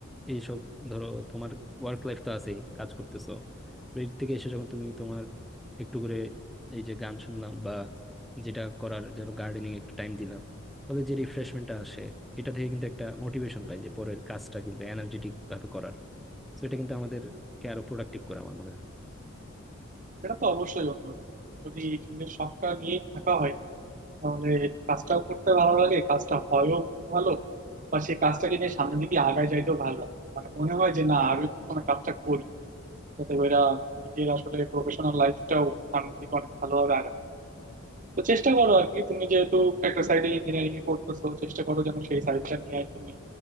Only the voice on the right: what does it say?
সেটা তো অবশ্যই বন্ধু যদি নিজের শখটা নিয়ে থাকা হয় তাহলে কাজটাও করতে ভালো লাগে কাজটা হয়ও ভালো বা সেই কাজটাকে নিয়ে সামনের দিকে আগায় যাইতেও ভালো লাগে মানে মনে হয় যে না আরো একটু সময় কাজটা করি যাতে করে নিজের আসলে প্রফেশনাল লাইফটাও সামনের দিকে অনেক ভালোভাবে আগায় তো চেষ্টা করো আর কি তুমি যেহেতু একটা সাইডে ইঞ্জিনিয়ারিং এ পড়তেছো চেষ্টা করো যেন সেই সাইডটা নিয়ে তুমি